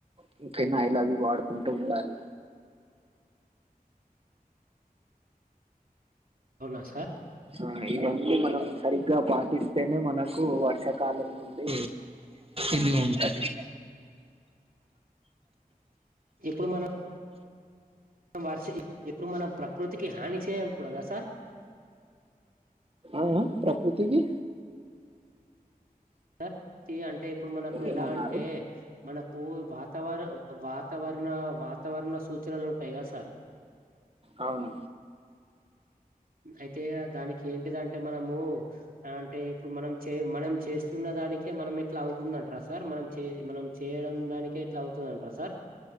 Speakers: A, on the right (about 40°); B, on the right (about 70°).
A: <unintelligible> ఫనా ఇలా అవి వాడుకుంటూ ఉండాలి
B: అవునా సార్
A: ఆ ఇవన్నీ మనం సరిగ్గా పాటిస్తేనే మనకు వర్షాకాలం నుండి ఇది ఉంటది
B: ఇప్పుడు మనం వర్ష ఇప్పుడు మనం ప్రకృతికి హాని చేయకూడదా సార్
A: ఆ ప్రకృతికి
B: సర్ తి అంటే ఇప్పుడు మనకు ఎలా
A: ఏమన్నారు
B: అంటే మనకు వాతావరణ వాతావరణ ణ వాతావరణ సూచనలు ఉంటాయి కద సార్
A: అవును
B: అయితే దానికి ఏంటిదంటే మనము అంటే ఇప్పుడు మనం చే మనం చేస్త న్న దానికే మనం ఇట్లా అవుతుందంట్రా సార్ మనం మనం చేయడం. దానికే ఇట్లా అవుతుందంటారా సార్